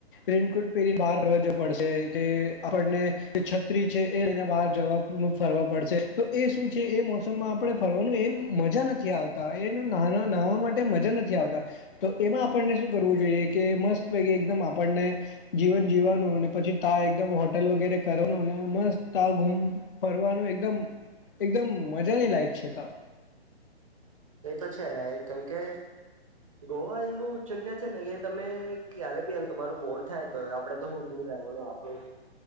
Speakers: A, on the left; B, on the right.
A: રેન્જ કોર્ટે પેરીને બહાર ફરવા જવું પડશે એટલે આપણને છત્રી છે એ લઈને બહાર જવાનું ફરવા પડશે તો એ શું છે એ મોસમમાં આપણે ફરવાનું એમ મજા નથી આવતા એનું નાના નાવા માટે મજા નથી આવતા તો આપણને શું કરવું જોઈએ કે મસ્ત પૈકી એકદમ જીવન જીવાનું પછી તા એકદમ હોટેલ વગેરે. કરવાનુંને મસ્ત આમ ફરવાનું એકદમ એકદમ મજાની લાઈફ છે તા
B: એ તો છે કેમ કે ગોવા એવું જગ્યા છે ને કે તમે ક્યારે બી આમ તમારું મોડ થાય તો આપડે તો <unintelligible> આપડું